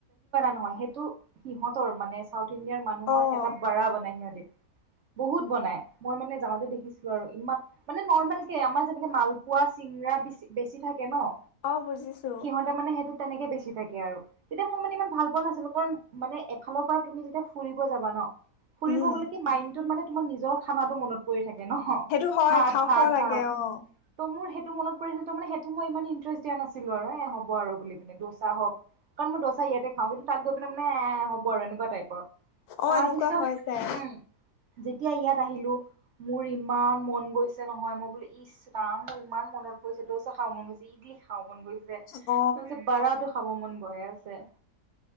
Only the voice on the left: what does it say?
অ
অহ বুজিছোঁ।
উম
সেইটো হয়
খাওঁ খাওঁ লাগে অ
অহ
এনেকুৱা হয় যাই।
অ